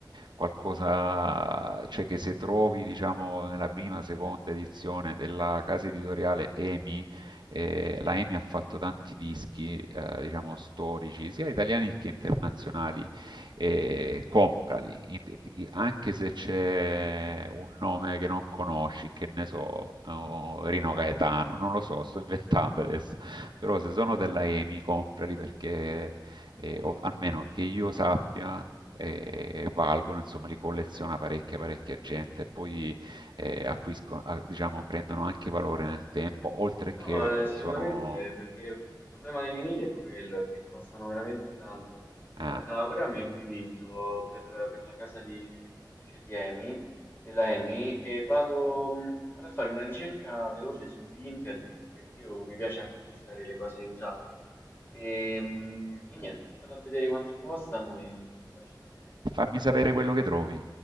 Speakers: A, on the right; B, on the left.
A: qualcosa, cioè che se trovi, diciamo, nella prima, seconda edizione della casa editoriale EMI, eh, la EMI ha fatto tanti dischi, eh, diciamo, storici, sia italiani che internazionali, eh, comprali, in- di- anche se c'è un nome che non conosci, che ne so, oh, Rino Gaetano, non lo so, sto inventando adesso, però
B: Mhm.
A: se sono della EMI, comprali perché, eh, o- almeno che io sappia, e valgono, insomma, li colleziona parecchia, parecchia gente e poi eh, acquiscono, ah, diciamo, prendono anche valore nel tempo, oltre che
B: No, eh, sicuramente
A: sono...
B: perché il problema dei vinili è quello, è che costano veramente tanto. Guarda,
A: Ah.
B: ora mi hai convinto per, per la casa di produttrice di EMI, della EMI, e vado, mh, vado a fare una ricerca veloce su Vinted perché io mi piace anche acquistare le cose usate. E, mh, e niente, vado a vedere quanto costano e ti faccio sapere.
A: Fammi sapere quello che trovi.